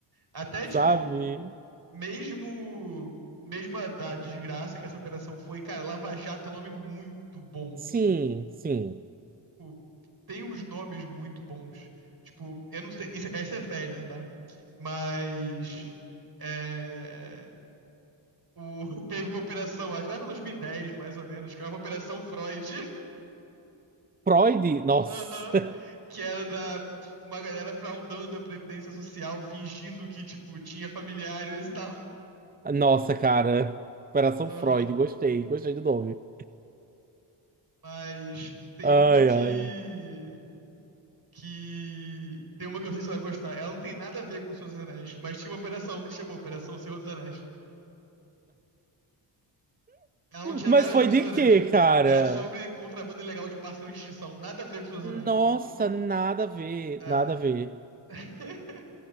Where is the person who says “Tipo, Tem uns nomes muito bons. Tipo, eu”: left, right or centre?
Right